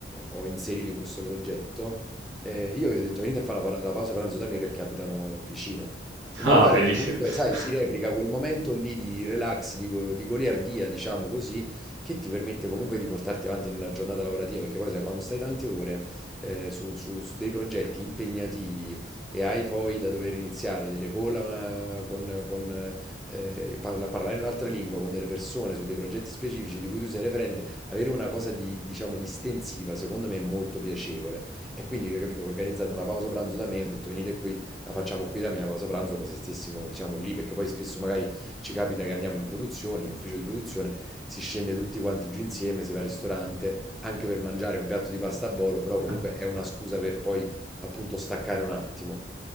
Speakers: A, in the centre; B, on the right.
A: ho inserito in questo progetto, eh, io gli ho detto venite a fare la, pa- la pausa pranzo da me perché abitano vicino, in
B: Ah,
A: modo tale
B: bellissimo.
A: che comunque,
B: <laughs>
A: sai, si replica quel momento lì di relax, di, go- di goliardia, diciamo così, che ti permette comunque di portarti avanti nella giornata lavorativa, perché poi sai, quando stai tante ore eh, su, su- su dei progetti impegnativi e hai poi da dover iniziare delle call eh, con, con, eh, parla- parlare in un'altra lingua con delle persone su dei progetti specifici di cui tu sei referente, avere una cosa di, diciamo, distensiva, secondo me è molto piacevole. E quindi, ho capito, ho organizzato una pausa pranzo da me, ho detto venite qui, la facciamo qui da me, la pausa pranzo, come se stessimo, diciamo, lì, perché poi spesso magari ci capita che andiamo in produzione, in ufficio di produzione, si scende tutti quanti giù insieme, si va al ristorante, anche per mangiare un piatto di pasta a volo, però comunque
B: Ad
A: è una scusa per poi, appunto, staccare un attimo.